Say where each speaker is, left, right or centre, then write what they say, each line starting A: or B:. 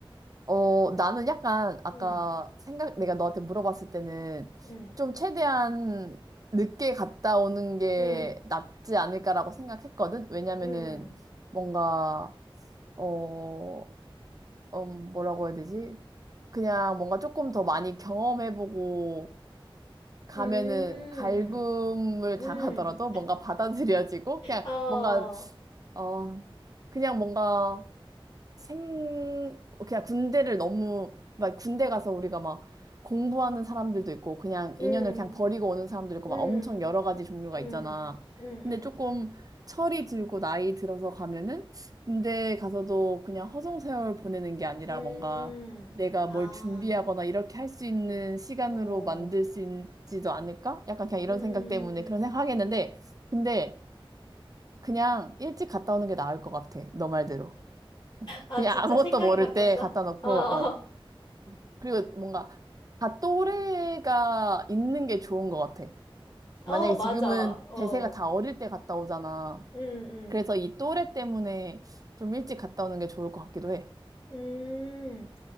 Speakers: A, on the right (about 40°); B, on the left (about 50°).
A: 어, 나는 약간 아까
B: 음,
A: 생각, 내가 너한테 물어봤을 때는
B: 음,
A: 좀 최대한 늦게 갔다 오는 게
B: 음,
A: 낫지 않을까라고 생각했거든? 왜냐면은
B: 음,
A: 뭔가, 어, 음, 뭐라고 해야 되지? 그냥 뭔가 조금 더 많이 경험해보고 가면은
B: 음,
A: 갈굼을
B: 음, 음.
A: 당하더라도 뭔가 받아들여지고 그냥
B: 어,
A: 뭔가, 어, 그냥 뭔가 생, 그냥 군대를 너무, 막 군대 가서 우리가 막 공부하는 사람들도 있고, 그냥
B: 음,
A: 인연을 그냥 버리고 오는 사람도 있고,
B: 음,
A: 막 엄청 여러 가지 종류가
B: 음,
A: 있잖아.
B: 음, 음,
A: 근데 조금 철이 들고 나이 들어서 가면은 군대 가서도 그냥 허송세월 보내는 게 아니라
B: 음.
A: 뭔가 내가
B: 아,
A: 뭘 준비하거나 이렇게 할 수 있는 시간으로
B: 오,
A: 만들 수 있지도 않을까? 약간 그냥 이런
B: 음.
A: 생각 때문에 그런 생각 하겠는데, 근데 그냥 일찍 갔다 오는 게 나을 것 같아. 너 말대로.
B: 아,
A: 그냥
B: 진짜
A: 아무것도
B: 생각이
A: 모를
B: 바뀌었어?
A: 때 갖다 놓고,
B: 어,
A: 어.
B: <laughs>
A: 그리고 뭔가 다 또래가 있는 게 좋은 것 같아.
B: 어,
A: 만약에
B: 맞아.
A: 지금은
B: 어,
A: 대세가 다 어릴 때 갔다 오잖아.
B: 음, 음.
A: 그래서 이 또래 때문에 좀 일찍 갔다 오는 게 좋을 것 같기도 해.
B: 음,